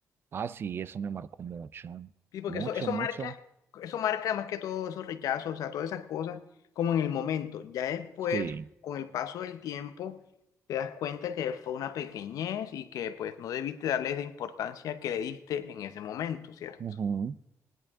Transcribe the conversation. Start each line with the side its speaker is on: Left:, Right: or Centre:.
Right: Ah, sí, eso me marcó mucho,
Left: Sí, porque
Right: mucho,
Left: eso, eso
Right: mucho.
Left: marca, eso marca más que todo esos rechazos, o sea, todas esas cosas, como en el momento. Ya después,
Right: Sí,
Left: con el paso del tiempo, te das cuenta que fue una pequeñez y que pues no debiste darle esa importancia que le diste en ese momento, ¿cierto?
Right: ujú.